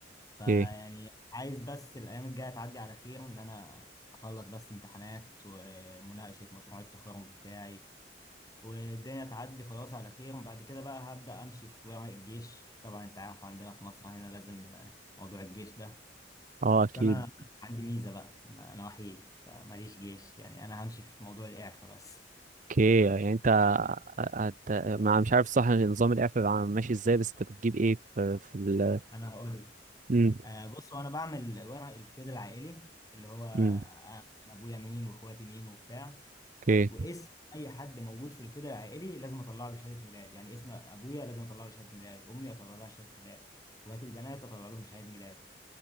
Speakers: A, on the left; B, on the right.
A: فيعني
B: ايه
A: عايز بس الايام الجاية تعدي على خير ان انا اخلص بس امتحانات ومناقشة مشروع التخرج بتاعي والدنيا تعدي خلاص على خير وبعد كده بقى هبدأ امشي في ورق الجيش طبعا انت عارف عندنا في مصر هنا لازم موضوع الجيش ده
B: اه
A: بس
B: اكيد
A: انا عندي ميزه بقى انا وحيد فماليش جيش يعني انا همشي في موضوع الاعفاء بس
B: اوكي يعني انت هت... ما مش عارف صح نظام الاعفاء بقى ماشي ازاي بس انت بتجيب ايه في, في ال
A: انا هقول لك.
B: امم
A: آه بص وانا بعمل ورق القيد العائلي اللي هو آه،
B: امم
A: انا ابويا مين واخواتي مين وبتاع
B: اوكي
A: واسم اي حد موجود في القيد العائلي لازم اطلع له شهاده ميلاد يعني اسم ابويا لازم اطلع له شهاده ميلاد امي اطلع لها شهاده ميلاد اخواتي البنات اطلع لهم شهاده ميلاد